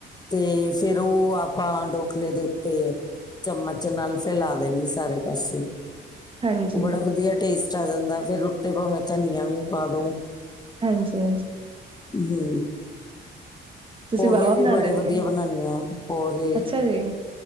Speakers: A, on the left (about 20°); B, on the right (about 25°).
A: ਤੇ ਫੇਰ ਉਹ ਆਪਾਂ ਢੋਕਲੇ ਦੇ ਉੱਤੇ ਚਮਚ ਨਾਲ ਫੈਲਾ ਦੇਣੀ ਸਾਰੇ ਪਾਸੇ।
B: ਹਾਂਜੀ।
A: ਬੜਾ ਵਧੀਆ ਟੇਸਟ ਆ ਜਾਂਦਾ ਫੇਰ ਉੱਤੇ ਭਾਵੇਂ ਧਨੀਆ ਵੀ ਪਾ ਦਊ।
B: ਹਾਂਜੀ ਹਾਂਜੀ।
A: ਹੂੰ
B: ਤੁਸੀਂ
A: ਪੋਹੇ
B: ਵਾਹਵਾ
A: ਵੀ
B: ਬਣਾ
A: ਬੜੇ
B: ਲੈਂਦੇ
A: ਵਧੀਆ
B: ਹੋ,
A: ਬਨਾਂਦੀ ਹ ਪੋਹੇ।
B: ਅੱਛਾ ਜੀ